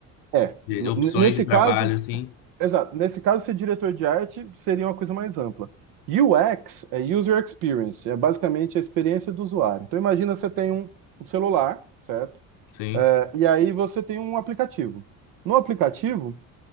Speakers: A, on the right (about 70°); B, on the left (about 80°).
A: É,
B: De
A: n-
B: opções
A: nesse
B: de trabalho
A: caso,
B: assim.
A: Exato. Nesse caso, ser diretor de arte seria uma coisa mais ampla. UX é User Experience, é basicamente a experiência do usuário. Então, imagina você tem um, um celular, certo?
B: Sim.
A: É, e aí você tem um aplicativo. No aplicativo,